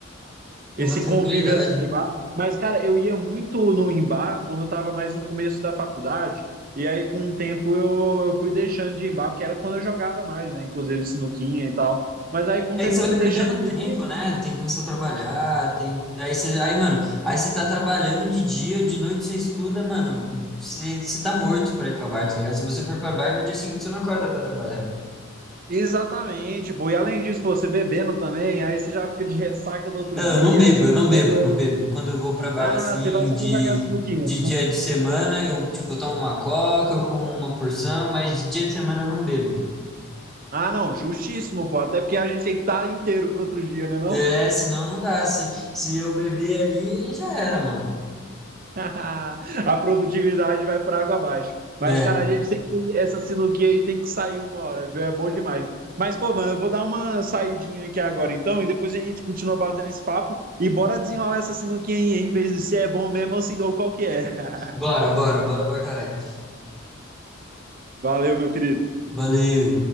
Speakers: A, in the centre; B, on the right.
A: É
B: Esse
A: uma tranquilidade.
B: convívio assim de bar. Mas, cara, eu ia muito no em bar quando eu tava mais no começo da faculdade. E aí, com o tempo, eu, eu fui deixando de ir em bar, porque era quando eu jogava mais, né? Inclusive sinuquinha e tal. Mas aí, com
A: É
B: o tempo,
A: que você
B: eu
A: vai
B: fui deixando
A: perdendo
B: de
A: tempo,
B: ir.
A: né? Tem que começar a trabalhar, tem aí você aí, mano, aí você tá trabalhando de dia, de noite você estuda, mano, você, você tá morto pra ir pra bar, tá ligado? Se você for pra bar no dia seguinte você não acorda pra trabalhar.
B: Exatamente, pô. E além disso, pô, você bebendo também, aí você já fica de ressaca no outro
A: Não,
B: dia,
A: eu não bebo,
B: aí você
A: eu
B: vai
A: não
B: pro...
A: bebo, eu não bebo. Quando eu vou pra bar
B: Ah,
A: assim
B: você vai só
A: de
B: pra jogar sinuquinha.
A: de dia de semana, eu tipo, eu tomo uma coca, eu como uma porção, mas de dia de semana eu não bebo.
B: Ah, não, justíssimo, pô. Até porque a gente tem que estar inteiro pro outro dia, né, não?
A: É, senão não dá. Se, se eu beber ali, aí já era, mano.
B: <laughs> A produtividade vai para água abaixo. Mas,
A: É.
B: cara, a gente tem que, essa sinuquinha aí tem que sair uma hora, viu? É bom demais. Mas, pô, mano, eu vou dar uma saidinha aqui agora, então, e depois a gente continua batendo esse papo e bora desenrolar essa sinuquinha aí, em vez de se é bom mesmo ou se- ou qual que é. <laughs>
A: Bora, bora, bora pra caralho.
B: Valeu, meu querido.
A: Valeu.